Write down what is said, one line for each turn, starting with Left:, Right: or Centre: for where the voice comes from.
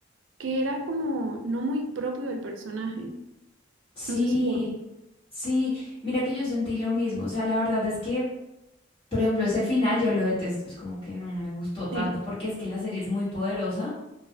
Right: que era como no muy propio del personaje.
Left: Sí,
Right: No sé si lo
Left: sí. Mira que yo sentí lo mismo. O sea, la verdad es que Por ejemplo, ese final yo lo detesto, es como que no me gustó tanto
Right: Sí.
Left: porque es que la serie es muy poderosa